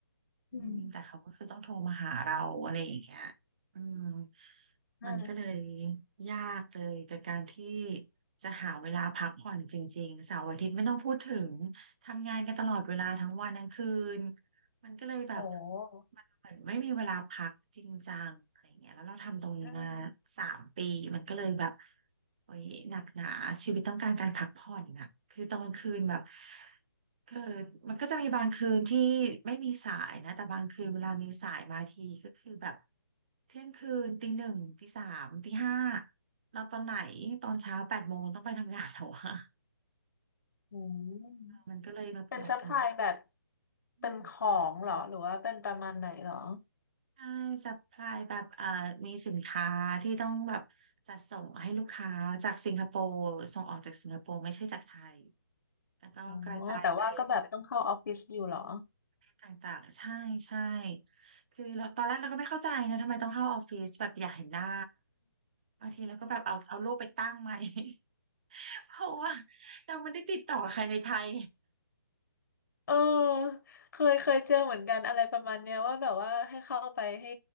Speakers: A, on the right; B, on the left.
A: อืมแต่เขาก็คือต้องโทรมาหาเราอะไรอย่างเงี้ย
B: อืม
A: อืม
B: อืม
A: มันก็เลยยากเลยกับการที่จะหาเวลาพักผ่อนจริงๆเสาร์อาทิตย์ไม่ต้องพูดถึงทำงานกันตลอดเวลาทั้งวันทั้งคืนมันก็เลยแบบ
B: โอ้
A: มันเหมือนไม่มีเวลาพักจริงจังอะไรเงี้ยแล้วเราทำตรงนี้มา
B: อืม
A: สามปีมันก็เลยแบบโอ้ยหนักหนาชีวิตต้องการการพักผ่อนน่ะคือตอนกลางคืนแบบ คือมันก็จะมีบางคืนที่ไม่มีสายนะแต่บางคืนเวลามีสายมาทีก็คือแบบเที่ยงคืนตีหนึ่งตีสามตีห้านอนตอนไหนตอนเช้าแปดโมงต้องไปทำงานแล้วอะ
B: อืม
A: มันก็เลยแบบหนักหนา
B: เป็นซัพพลายแบบเป็นของเหรอ
A: อืม
B: หรือว่าเป็นประมาณไหนเหรอ
A: ใช่ซัพพลายแบบเอ่อมีสินค้าที่ต้องแบบจัดส่งให้ลูกค้าจากสิงคโปร์ส่งออกจากสิงคโปร์ไม่ใช่จากไทยแล้วก็กระจายไป
B: อ๋อแต่ว่าก็แบบต้องเข้าออฟฟิศอยู่เหรอ
A: ต่างๆ ใช่ใช่คือเราตอนแรกเราก็ไม่เข้าใจนะทำไมต้องเข้าออฟฟิศแบบอยากเห็นหน้า บางทีเราก็แบบเอาเอารูปไปตั้งไหม <laughs> เพราะว่าเราไม่ได้ติดต่อใครในไทย
B: เออเคยเคยเจอเหมือนกันอะไรประมาณเนี้ยว่าแบบว่าให้เข้าไปให้